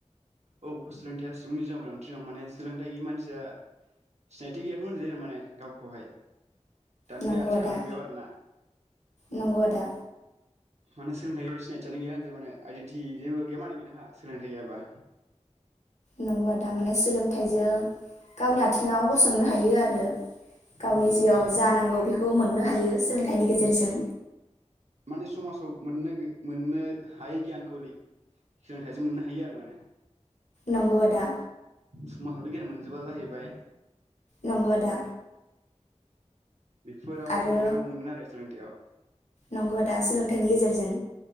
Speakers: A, on the right; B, on the left.
A: औ सोलोंथायाइया सुबुंनि जिवयाव गोनांथि दं। माने सोलोंथाइ गैयि मानसिया सिनायथि गैयाखौनो होनजायो आरो माने गावखौहाय। दानि
B: नंगौ
A: बे आथिखाल
B: आदा
A: मुगायाव आरोना।
B: नंगौ आदा
A: माने सोलोंथाइ गैयाबा सिनायथिआानो गैया होन जायो माने आइडेन्टि जेबो गैया मानै बेहा सोलोंथाइ गैयाबा।
B: नंगौ आदा माने सोलोंथाइजों गावनि आथिङाव गसंथानो हायो आरो। गावनि
A: औ
B: जिउआव
A: हायो
B: जा नांगौ बेखौ मोननो हायो सोलोंथाइनि
A: मोननो
B: गेजेरजों।
A: हायो माने समाजाव मोननो मोननो हायि गियानखौ सोलोंथाइजों मोननो हायो आरो माने।
B: नंगौ आदा।
A: समाजावथ' गियान मोनजोबा जाहैबाय।
B: नंगौ आदा।
A: बेफोराव
B: आरो
A: मोनैखौ मोनगोन आरो सोलोंथायाव।
B: नंगौ आदा सोलोंथाइनि गेजेरजों